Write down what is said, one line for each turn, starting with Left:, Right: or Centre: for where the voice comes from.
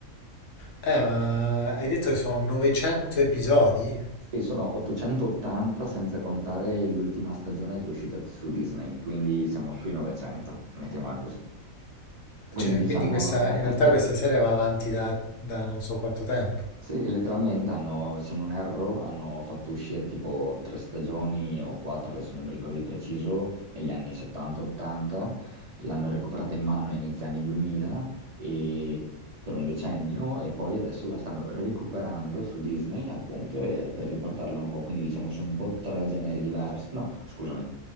Left: Eh, ma hai detto che sono 900 episodi?
Right: Sì, sono 880 senza contare l'ultima stagione che è uscita su Disney, quindi siamo sui 900, mettiamola così. Quindi
Left: Cioè,
Right: diciamo,
Left: quindi questa,
Right: <laughs>
Left: in realtà questa serie va avanti da, da non so quanto tempo.
Right: Sì, letteralmente hanno, se non erro, hanno fatto uscire tipo tre stagioni o quattro, adesso non mi ricordo di preciso, negli anni 70-80, l'hanno recuperata in mano a inizio anni 2000 e per un decennio e poi adesso la stanno recuperando su Disney appunto e- per riportarla un po', quindi diciamo sono un po' tre generi diversi, no, scusami,